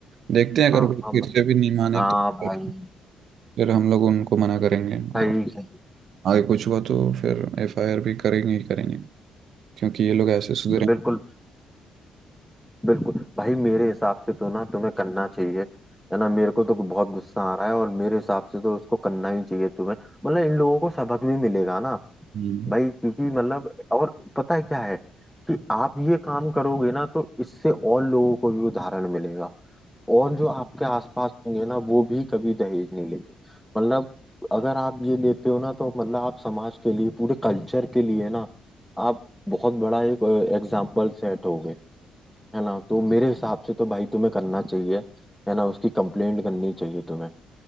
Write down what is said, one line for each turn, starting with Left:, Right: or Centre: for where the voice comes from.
Right: देखते हैं अगर
Centre: हाँ
Right: वो
Centre: हाँ
Right: फिर
Centre: भाई
Right: से भी नहीं माने
Centre: हाँ
Right: तो फिर
Centre: भाई
Right: फिर हम लोग उनको मना करेंगे
Centre: सही
Right: और आगे कुछ हुआ तो फिर एफआईआर भी करेंगे ही करेंगे क्योंकि ये लोग ऐसे सुधरेंगे
Centre: बिल्कुल बिल्कुल भाई मेरे हिसाब से तो ना तुम्हें करना चाहिए है ना मेरे को तो बहुत गुस्सा आ रहा है और मेरे हिसाब से तो इसको करना ही चाहिए तुम्हें मतलब इन लोगों को सबक भी मिलेगा ना
Right: हम्म।
Centre: भाई क्योंकि मतलब और पता है क्या है कि आप ये काम करोगे ना तो इससे और लोगों को भी उदाहरण मिलेगा और जो आपके आसपास होंगे ना वो भी कभी दहेज नहीं लेंगे मतलब अगर आप ये लेते हो ना तो मतलब आप समाज के लिए पूरे कल्चर के लिए ना आप बहुत बड़ा एक एग्जाम्पल सेट हो गए। है ना तो मेरे हिसाब से तो भाई तुम्हें करना चाहिए है ना उसकी कंप्लेंट करनी चाहिए तुम्हें